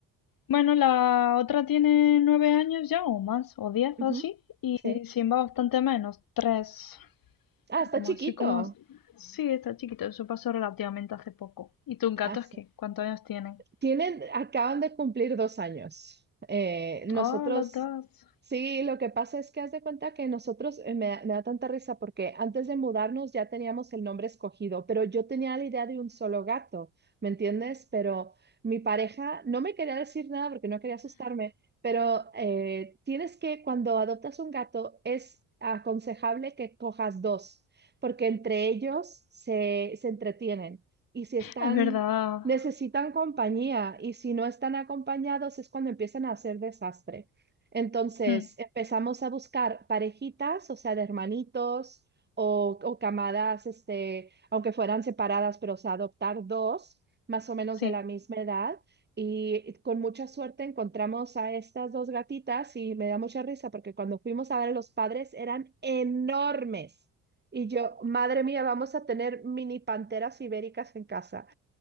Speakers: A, on the left (about 60°); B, on the right (about 25°).
A: Bueno, la otra tiene nueve años ya, o más, o diez,
B: Ujú.
A: o así. Y
B: Sí.
A: Simba bastante menos, tres.
B: Ah, está
A: Como
B: chiquito.
A: así, como... Sí, está chiquito, eso pasó relativamente hace poco. ¿Y tus gatos
B: Ah, sí.
A: qué? ¿Cuántos años tienen?
B: Tienen, acaban de cumplir dos años. Eh, nosotros,
A: Ah, las dos.
B: sí, lo que pasa es que haz de cuenta que nosotros, eh, me, da me da tanta risa porque antes de mudarnos ya teníamos el nombre escogido, pero yo tenía la idea de un solo gato, ¿me entiendes? Pero mi pareja no me quería decir nada porque no quería asustarme, pero eh, tienes que, cuando adoptas un gato, es aconsejable que cojas dos, porque entre ellos se, se entretienen. Y si están
A: Es verdad.
B: necesitan compañía y si no están acompañados es cuando empiezan a hacer desastre. Entonces
A: Mm,
B: empezamos a buscar parejitas, o sea, de hermanitos o, o camadas, este, aunque fueran separadas, pero o sea, adoptar dos más o menos
A: sí,
B: de la misma edad. Y con mucha suerte encontramos a estas dos gatitas y me da mucha risa porque cuando fuimos a ver a los padres eran enormes. Y yo, madre mía, vamos a tener mini panteras ibéricas en casa.